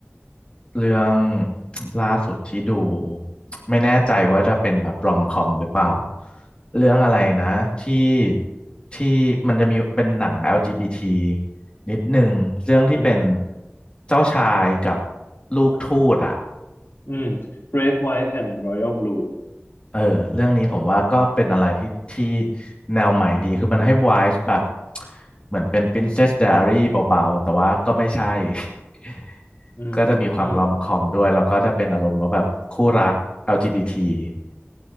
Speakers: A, on the left; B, on the left.
A: เรื่อง <tsk> ล่าสุดที่ดูไม่แน่ใจว่าจะเป็นแบบรอมคอมหรือเปล่าเรื่องอะไรนะที่ที่มันจะมีเป็นหนัง LGBT นิดหนึ่งเรื่องที่เป็น
B: อืม
A: เจ้าชายกับลูกทูตอ่ะ
B: อืม Red White and Royal Blue
A: เออเรื่องนี้ผมว่าก็เป็นอะไรที่ที่แนวใหม่ดีคือมันให้ w i v e แบบเหมือนเป็น Princess Diary เบาๆแต่ว่าก็ไม่ใช่ <laughs>
B: อืมอืม
A: ก็จะมีความรอมคอมด้วยแล้วก็จะเป็นอารมณ์ว่าแบบคู่รัก LGBT ที